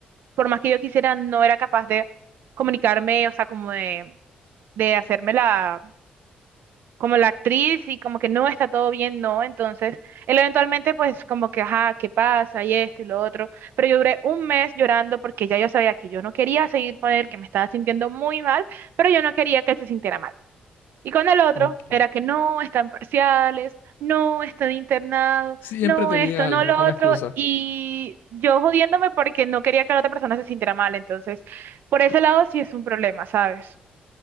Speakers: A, on the right (about 75°); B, on the left (about 85°).
A: por más que yo quisiera, no era capaz de comunicarme, o sea, como de, de hacerme la, como la actriz y como que no está todo bien, no. Entonces, él eventualmente pues como que, ajá, ¿qué pasa? Y esto y lo otro. Pero yo duré un mes llorando porque ya yo sabía que yo no quería seguir con él, que me estaba sintiendo muy mal, pero yo no quería que él se sintiera mal. Y con el otro
B: Ok.
A: era que no están parciales, no están internado,
B: Siempre
A: no
B: tenía
A: esto, no
B: algo,
A: lo
B: una
A: otro.
B: excusa.
A: Y yo jodiéndome porque no quería que la otra persona se sintiera mal. Entonces, por ese lado sí es un problema, ¿sabes?